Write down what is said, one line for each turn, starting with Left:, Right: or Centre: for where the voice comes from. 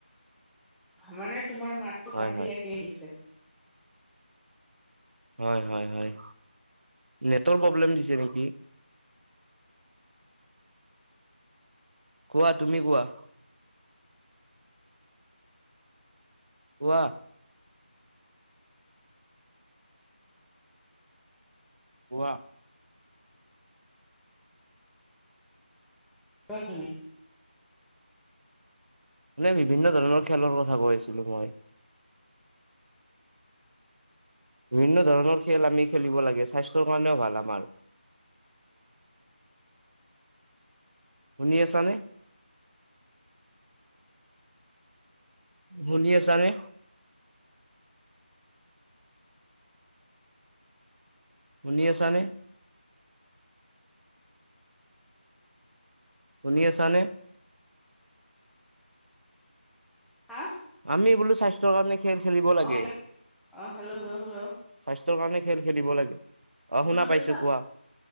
Centre: মানে তোমাৰ মাতটো
Right: হয়
Centre: কাটি,
Right: হয়
Centre: কাটি আহিছে।
Right: হয়, হয়, হয় নেটৰ প্ৰব্লেম দিছে নেকি। কোৱা তুমি কোৱা। কোৱা। কোৱা।
Centre: অ' চুমি।
Right: মানে বিভিন্ন ধৰণৰ খেলৰ কথা কৈ আছিলো, মই। বিভিন্ন ধৰণৰ খেল আমি খেলিব লাগে স্বাস্থ্যৰ কাৰণেও ভাল আমাৰ। শুনি আছানে? শুনি আছানে? শুনি আছেনে? শুনি আছানে?
Centre: হাহ।
Right: আমি বোলো স্বাস্থ্যৰ কাৰণে খেল খেলিব লাগে।
Centre: এতিয়া অ হেল্ল' হেল্ল' হেল্ল'
Right: স্বাস্থ্যৰ কাৰণে খেল খেলিব লাগে। অ
Centre: শুনা পাইছা,
Right: পাইছো কোৱা